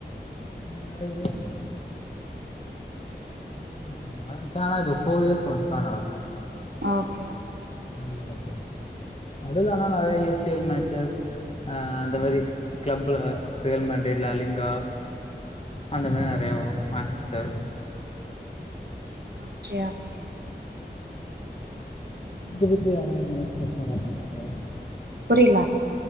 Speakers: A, on the left; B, on the right.
A: நான்து <unintelligible> இது ஃபோர் இயர்ஸ் வந்து தான் நடக்கும்
B: ஓகே ஓகே
A: வேர்ல்டு கப் எடுலனா நிறைய யூசிஎல் மேச்சஸ் அஹ் அந்த மாதிரி கிளப்ல வேல் மாண்டல லிங்கா அந்த மாதிரி நிறைய வரும் <unintelligible> நனுட்ட
B: ஓகே ஓகே உம்
A: இந்த வீட்டுல யாரும் <unintelligible> மாட்டாங்களா
B: புரியலா